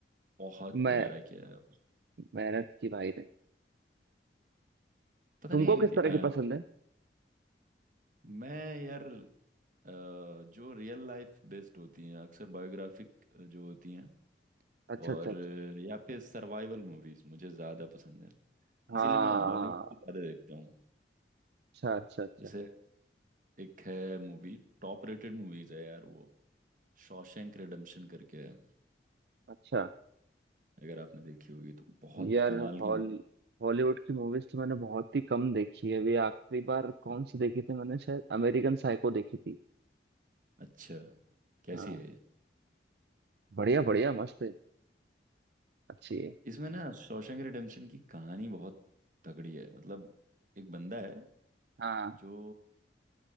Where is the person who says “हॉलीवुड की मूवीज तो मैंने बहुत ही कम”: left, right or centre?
Right